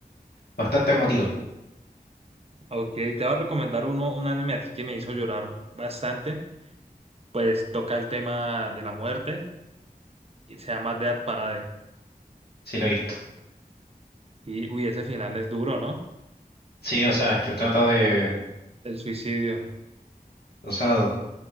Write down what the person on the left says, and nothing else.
bastante emotivo,
si lo he visto.
Sí, o sea, es que trata de,
o sea,